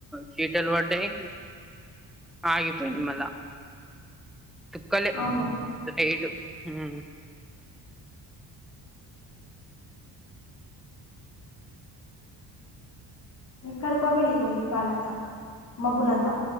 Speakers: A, in the centre; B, on the left.
A: చీటలు పడ్డాయి. ఆగిపేయింది మళ్ళా చుక్కలే
B: అవును
A: యైట్ హ్మ్
B: ఏక్కడకి వెళ్లి పోయింది. గాల్లంతా మబ్బులంత